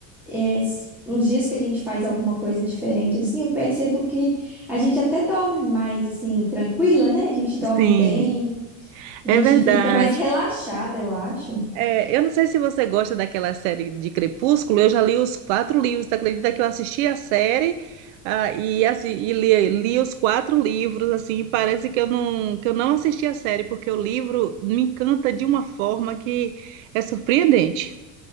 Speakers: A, in the centre; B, on the right.
A: é, s- uns dias que a gente faz alguma coisa diferente, assim, eu percebo que a gente até dorme mais, assim, tranquila, né? A gente dorme
B: Sim.
A: bem, a
B: É
A: gente
B: verdade.
A: fica mais <laughs> relaxada, eu acho.
B: É, eu não sei se você gosta daquela série de Crepúsculo, eu já li os quatro livros, tu acredita que eu assisti a série, ah, e, assim, e li, li os quatro livros, assim, parece que eu não, que eu não assisti a série, porque o livro me encanta de uma forma que é surpreendente.